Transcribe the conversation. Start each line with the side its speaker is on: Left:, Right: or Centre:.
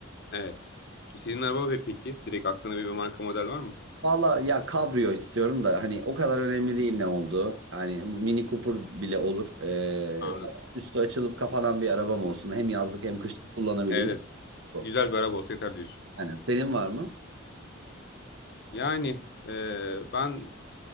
Left: Evet. İstediğin araba ve peki direkt aklında bir marka model var mı?
Right: Valla ya kabrio istiyorum da hani o kadar önemli değil ne olduğu. Hani Mini Cooper bile olur. E,
Left: Anladım.
Right: üstü açılıp kapanan bir arabam olsun. Hem yazlık hem kışlık kullanabileyim.
Left: Evet, evet.
Right: Bu.
Left: Güzel bir araba olsa yeter diyorsun.
Right: Hani senin var mı?
Left: Yani e, ben